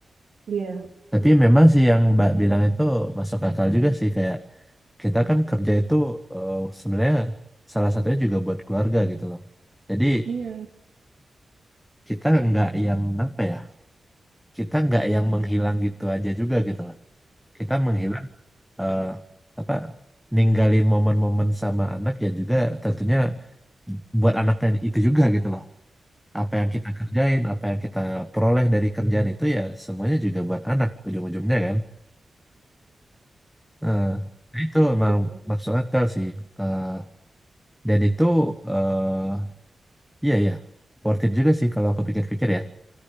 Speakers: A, on the right; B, in the centre.
A: Benar.
B: tapi memang sih yang Mbak bilang itu masuk akal juga sih kayak kita kan kerja itu eh, sebenarnya salah satunya juga buat keluarga gitu loh. Jadi
A: Iya,
B: kita nggak yang apa ya? Kita nggak yang menghilang gitu aja juga gitu loh. Kita menghilang eh, apa? Ninggalin momen-momen sama anak ya juga tentunya buat anaknya itu juga gitu loh. Apa yang kita kerjain, apa yang kita peroleh dari kerjaan itu ya semuanya juga buat anak ujung-ujungnya kan. eh, nah itu emang
A: gitu.
B: maksud akal sih. Eh, dan itu eh iya ya worth it juga sih kalau aku pikir-pikir ya.